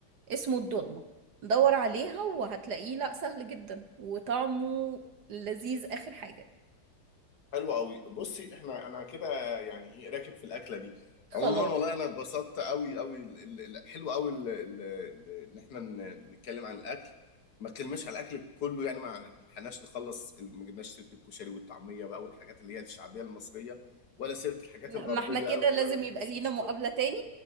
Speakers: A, on the right (about 60°); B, on the left (about 55°).
A: اسمه الدولمة دور عليها وهتلاقيه لا سهل جدا وطعمه لذيذ آخر حاجة
B: حلو قوي بصي احنا انا كده يعني ايه راكب في الاكله دي
A: خلاص
B: عموما والله انا اتبسطت قوي قوي ال... ال... ال- حلو قوي ال... ال... ال- ان احنا ن... نتكلم عن الاكل ما اتكلمناش على الاكل كله يعني ما لحقناش نخلص ال- ما جبناش سيره الكشري والطعميه بقى والحاجات اللي هي الشعبيه المصريه ولا سيره الحاجات
A: لا
B: الغربيه
A: ما احنا كده
B: قوي
A: لازم
B: ولا السوشي
A: يبقى لينا مقابلة
B: ولا
A: تاني